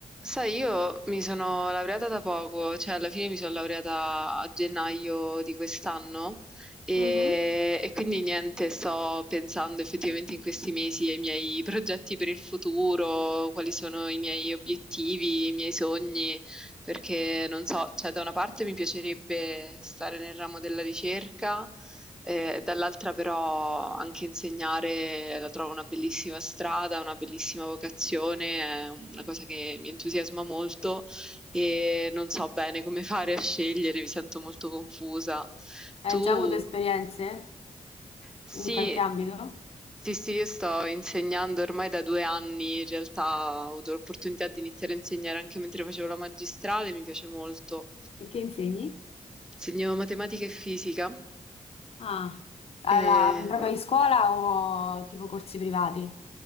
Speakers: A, in the centre; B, on the left (about 45°).
A: Sai, io mi sono laureata da poco, cioè alla fine mi sono laureata a gennaio di quest'anno e,
B: Mhm.
A: e quindi niente, sto pensando effettivamente in questi mesi ai miei progetti per il futuro, quali sono i miei obiettivi, i miei sogni, perché non so, cioè da una parte mi piacerebbe stare nel ramo della ricerca Ehm, dall'altra però anche insegnare la trovo una bellissima strada, una bellissima vocazione, è una cosa che mi entusiasma molto e non so bene come <laughs> fare a scegliere, mi sento molto confusa.
B: Hai
A: Tu?
B: già avuto esperienze
A: Sì.
B: in qualche ambito?
A: Sì, sì, io sto insegnando ormai da 2 anni, in realtà ho avuto l'opportunità di iniziare a insegnare anche mentre facevo la magistrale, mi piace molto.
B: E che insegni?
A: Studio matematica e fisica.
B: Ah, alla,
A: E-
B: proprio in scuola o tipo corsi privati?